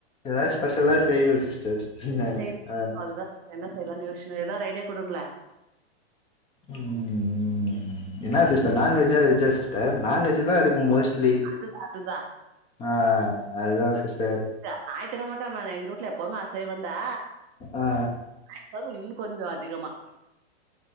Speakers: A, on the left; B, on the right.
A: எதாச்சு ஸ்பெஷலா செய்வே சிஸ்டர் என்ன
B: செய்யணு
A: ஆ
B: அதுதா என்ன செய்யலான்னு யோசுச்சுனே ஏதா ஒரு ஐடியா குடுங்களே
A: உம் என்னா சிஸ்டர் நான் வெஜ்ஜா வெஜ்ஜா சிஸ் டர் நான்வெஜ் தா இருக்கும் மோஸ்ட்லி
B: அதுதா அதுதா
A: ஆ அதுதா சிஸ்டர்
B: ஞாயித்து கிழமை மட்டு அம்மாவே எங்க வூட்ல எப்பவுமே அசைவந்தா
A: அ அ
B: ஞாயித்து கிழமை இன்னும் கொஞ்சோ அதிகமா